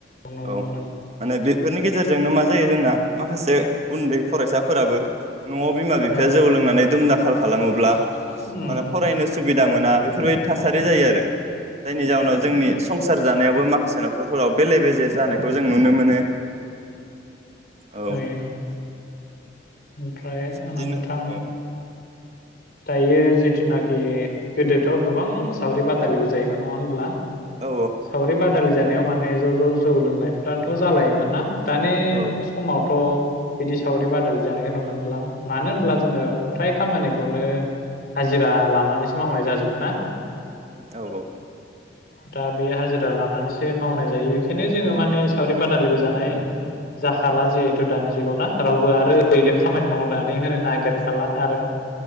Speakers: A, on the left; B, on the right.
A: नुनो
B: औ
A: मोनो
B: माने बे बेफोरनि गेजेरजोंनो म जायो जोंना माखासे उन्दै फरायसाफोराबो न'आव बिमा
A: औ
B: बिफाया
A: औ
B: जौ
A: औ
B: लोंनानै दुम दाखाल खालामोब्ला
A: नुयो
B: माने फरायनो सुबिदा मोना बेफोरबायदि थासारि बे जायो आरो जायनि जाहोनाव जोंनि संसार जानायावबो माखासे न'खरफोराव बेले बेजे जानायखौ जों नुनो मोनो औ
A: नुयो ओमफ्राय
B: बिदिनो
A: नोंथां
B: औ
A: दायो जिथुनाखि गोदोथ' गोबां सावरि बादालिबो जायोमोन नङा होमब्ला
B: औ
A: सावरि बादालि जानो माने ज' ज' जौ लोंनायफ्राथ' जालायोमोन ना दानि
B: औ
A: समावथ' बिदि सावरि बादालि जानायखौ नुनो मोनलाां मानो होनब्ला जोङो फ्राय खामानिखौ खौनो हाजिरा लानानैसो मावनाय जाजोबो ना
B: औ औ औ
A: दा बे हाजिरा लानानैसो मावनाय जायो बेखायनो जोङो माने सावरि बादालिबो जानाय जाखाला जिहेथु दानि जुगावना रावबो आरो ओरैनो खामानि मावनानै होनो नागिरखाला आरो